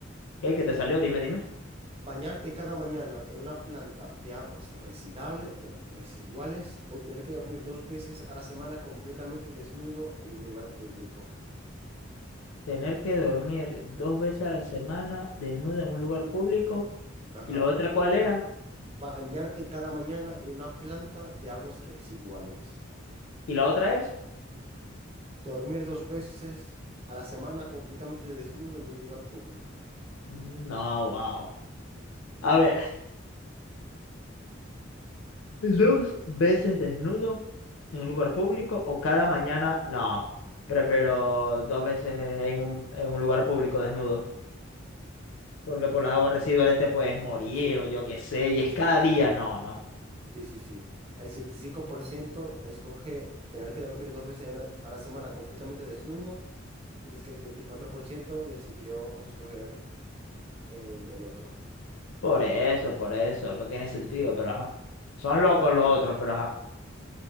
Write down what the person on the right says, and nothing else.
Bañarte cada mañana en una planta de aguas residable- de- residuales o tener que dormir dos veces a la semana completamente desnudo en un lugar público.
Ajá.
Bañarte cada mañana en una planta de aguas residuales.
Dormir dos veces a la semana completamente desnudo en un lugar público.
Sí,
listo.
Sí, sí, sí. El 65% escoge tener que dormir dos veces a una- a la semana completamente desnudo mientras que el 34% decidió escoger el, el otro.